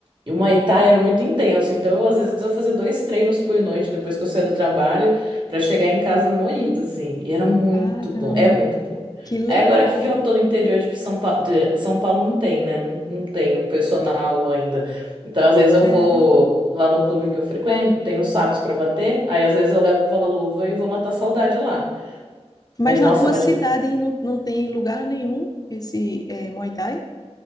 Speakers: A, on the right (about 45°); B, on the left (about 35°).
A: E o Muay Thai era muito intenso, então, eu, às vezes, eu fazia dois treinos por noite depois que eu saía do trabalho, para chegar em casa moída, assim. E era muito
B: Caramba,
A: bom, é muito bom.
B: que legal,
A: Aí, agora que que eu tô no interior de São Paulo, de São Paulo não tem, né? Não, não tem um personal ainda. Então, às vezes eu
B: sério.
A: vou lá no clube que eu frequento, tenho sacos para bater, aí às vezes eu levo a luva e vou matar a saudade lá.
B: Mas
A: Mas
B: na
A: nossa,
B: tua
A: é uma
B: cidade hein, não, não tem lugar nenhum esse eh, Muay Thai?